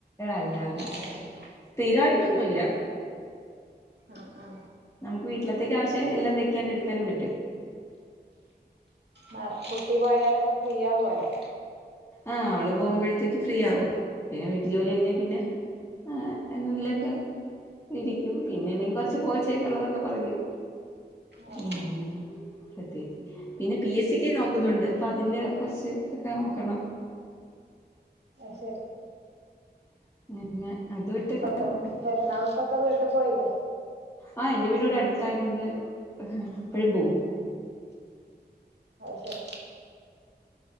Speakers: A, on the left (about 15°); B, on the right (about 80°).
A: അല്ലാതെ
B: ആഹ് അത് ശരി
A: സ്ഥിരായി ട്ടൊന്നുഇല്ല.
B: ആ ആ
A: നമുക്ക് വീട്ടിലത്തേക്ക് ആവശ്യം എല്ലാം തയ്ക്കാനും എടുക്കാനും പറ്റും.
B: ഓ അ കുട്ടി പോയാലൊക്കെ ഫ്രീ ആവാല്ലോ
A: ആ അവള് പോകുമ്പോഴത്തേക്ക് ഫ്രീ ആകും. പിന്നെ വീട്ടു ജോലി കഴിഞ്ഞാൽ പിന്നെ ആഹ് എന്തെങ്കിലൊക്കെ ഇരിക്കും. പിന്നല്ലെങ്കിൽ കൊറച്ച് പോച്ചയൊക്കെ ഉള്ളതൊക്കെ പറിക്കും.
B: ആഹ്
A: പിന്നെന്താ
B: ആഹ്
A: പ്രത്യേകിച്ച് പിന്നെ പി എസ് സിക്ക് നോക്കുന്നുണ്ട് അപ്പൊ അതിന്റെ കുറച്ച് ഒക്കെ നോക്കണം.
B: ഓ ശരി
A: <unintelligible>
B: സ്വന്തം
A: പോന്നു
B: പെരുന്നാൾക്കൊക്കെ വീട്ടിപോയില്ലേ?
A: ആ എന്റെ വീട് ഇവിടെ അടുത്തായോണ്ട് എപ്പഴും പോവും.
B: അത് ശരി